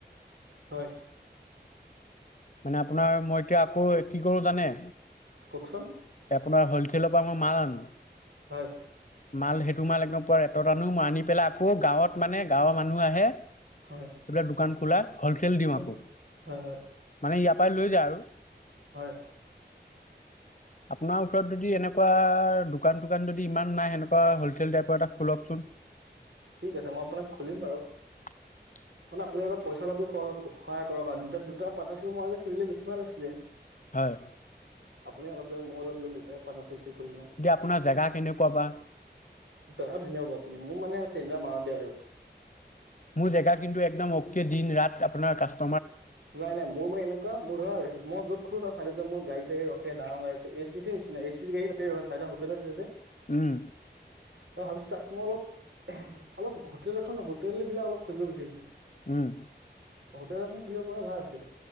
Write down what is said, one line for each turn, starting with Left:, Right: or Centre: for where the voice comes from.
Right: হয়
Left: মানে আপোনাৰ মই এতিয়া আকৌ কি কৰো জানে
Right: কোওকচোন
Left: আপোনাৰ হ'লছেলৰ পৰা মই মাল আনো
Right: হয়
Left: মাল সেইটো মাল একদম পুৰা ৰেটত আনো মই আনি পেলাই আ আকৌ গাঁৱত মানে গাঁৱৰ মানুহ আহে এইবিলাক
Right: হয়
Left: দোকান খোলা হলচেল দিওঁ
Right: হয়
Left: আকৌ
Right: হয় হয়
Left: মানে ইয়াৰ পৰা লৈ যায় আৰু
Right: হয়
Left: <unintelligible> আপোনাৰ ওচৰত যদি এনেকুৱা দোকান দোকান যদি ইমান নাই সেনেকুৱা হোলচেল টাইপৰ এটা খোলকচোন
Right: ঠিক আছে মই আপোনাক খুলিম বাৰু
Left: <unintelligible>
Right: মানে আপুনি অলপ পইচা সহায় কৰক আৰু দুটা পাৰ্টনাৰশিপ মাজে খুলিলে বেছি ভাল আছিলে
Left: হয়
Right: আপুনিও অলপ দিয়ক মইও অলপ দিও, দুইটাই পাৰ্টনাৰশ্বিপ কৰি খুলি লওঁ।
Left: এতিয়া আপোনাৰ জেগা কেনেকুৱা বা?
Right: জেগা ধুনীয়া হ'ব, আপুনি মোৰ মানে চেণ্টাৰ মাজতে আৰু।
Left: মোৰ জেগা কিন্তু একদম অকে দিন ৰাত আপোনাৰ কাস্ত
Right: নাই নাই মোৰ মানে এনে কোৱা মোৰ ধৰ, মই য'ত খোলো তাৰ চাইডতে মোৰ গাড়ী-চাড়ী ৰখে, ডাঙৰ গা়ড়ী-চাড়ী S T C station, S T C গাড়ী তাতে ৰখে চাইডত হোটেল আছে। ছে যে।
Left: উম।
Right: তো ভাবিছোঁ তাত মই অলপ অলপ হোটেল এখন, হোটেল বিলাক অলপ খুজিব বিচাৰিছিল।
Left: উম।
Right: হোটেল এখন খুলিব পৰা হ'লে ভাল আছিলে।